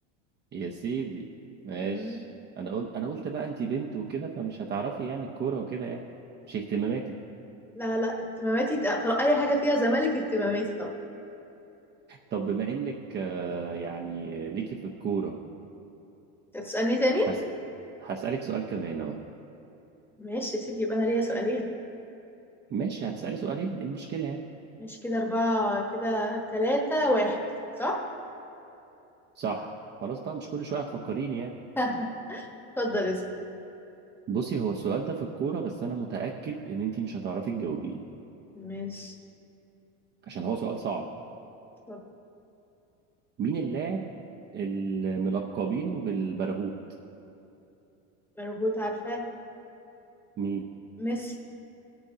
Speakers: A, on the right (about 30°); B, in the centre.
A: يا سيدي ماشي
B: مم.
A: انا قلت انا قلت بقى انت بنت وكده فمش هتعرفي يعني الكوره وكده يعني مش اهتماماتك
B: لا لا اهتماماتي ت- طل- اي حاجة فيها زمالك اهتماماتي طبعا
A: طب بما انك آه، يعني ليكي في الكوره
B: انت هتسألني تاني
A: هس... هسألك سؤال كمان اه
B: ماشي يا سيدي يبقى انا ليا سؤالين
A: ماشي هتسألي سؤالين إيه المشكله يعني
B: ماشي كده اربعة كده تلاتة واحد صح
A: صح خلاص بقى مش كل شويه هتفكريني يعني
B: <laughs> اتفضل اسأل
A: بصي هو السؤال ده في الكوره بس انا متأكد ان انت مش هتعرفي تجاوبيه
B: ماشي
A: عشان هو سؤال صعب
B: طب
A: مين اللاعب الملقبينه بالبرغوت
B: مربوط عارفاه
A: مين
B: ميسي